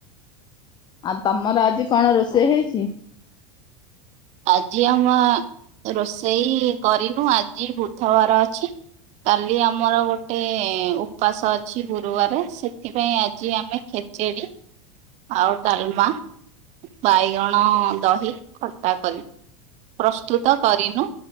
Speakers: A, on the left (about 30°); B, on the right (about 45°).
A: ଆଉ ତମର ଆଜି କଣ ରୋଷେଇ ହେଇଛି?
B: ଆଜି ଆମ ରୋଷେଇ କରିନୁ ଆଜି ବୁଧବାର ଅଛି। କାଲି ଆମର ଗୋଟେ ଉପାସ ଅଛି ଗୁରୁବାର ସେଥିପାଇଁ ଆଜି ଆମେ ଖି ଚିଡ଼ି। ଆଉ ଡାଲମା, ବାଇଗଣ ଦହି, ଖଟା କରିବି। ପ୍ରସ୍ତୁତ କରିନୁ